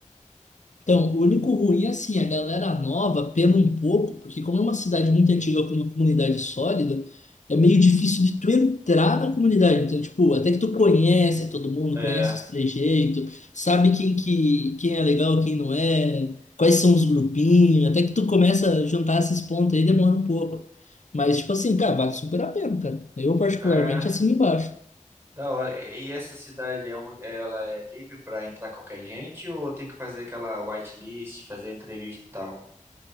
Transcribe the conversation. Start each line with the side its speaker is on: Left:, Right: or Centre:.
Left: Então, o único ruim é assim, a galera nova pena um pouco, porque como é uma cidade muito antiga com uma comunidade sólida, é meio difícil de tu entrar na comunidade. Então, tipo, até que tu conhece todo mundo,
Right: É,
Left: conhece os trejeitos, sabe quem que quem é legal, quem não é, quais são os grupinhos, até que tu começa a juntar esses pontos aí demora um pouco. Mas, tipo assim, cara, vale super a pena, cara. Eu particularmente
Right: é,
Left: assino embaixo.
Right: da hora. E essa cidade é uma, ela é livre pra entrar qualquer gente ou tem que fazer aquela whitelist, fazer entrevista e tal?